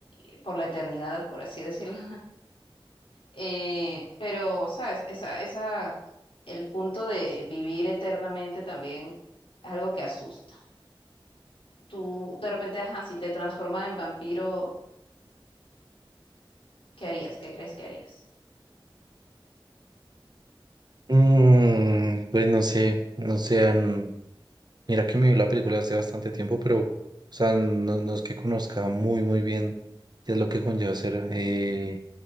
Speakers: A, on the left (about 80°); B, on the right (about 50°).
A: y por la eternidad, por así decirlo. Eh, pero, ¿sabes? Esa, esa, el punto de vivir eternamente también es algo que asusta. Tú, de repente, ajá, si te transformas en vampiro, ¿qué harías? ¿Qué crees que harías?
B: Mm, pues no sé, no sé, mm, mira que me vi la película hace bastante tiempo, pero, o sea, no, no es que conozca muy, muy bien qué es lo que conlleva ser eh,